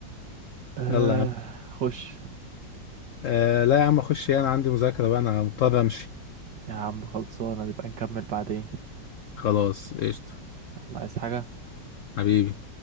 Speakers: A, on the right (about 65°); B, on the left (about 65°).
A: آه
B: يلا يا عم
A: خش
B: آه لا يا عم اخش إيه، انا عندي مذاكرة بقى انا مضطر امشي
A: يا عم خلصانة نبقى نكمل بعدين
B: خلاص قشطة
A: يلا عايز حاجة
B: حبيبي